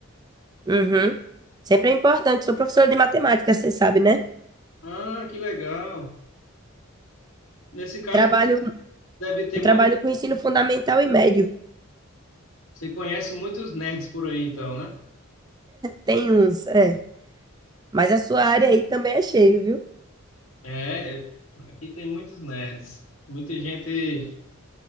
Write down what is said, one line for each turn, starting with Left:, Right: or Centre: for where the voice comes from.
Right: Uhum. Sempre é importante. Sou professora de matemática, você sabe, né?
Left: Ah, que legal. Nesse caso,
Right: Trabalho,
Left: deve ter
Right: eu
Left: muito.
Right: trabalho com ensino fundamental e médio.
Left: Você conhece muitos nerds por aí, então, né?
Right: Tem uns, é. Mas a sua área aí também é cheio, viu?
Left: É, aqui tem muitos nerds. Muita gente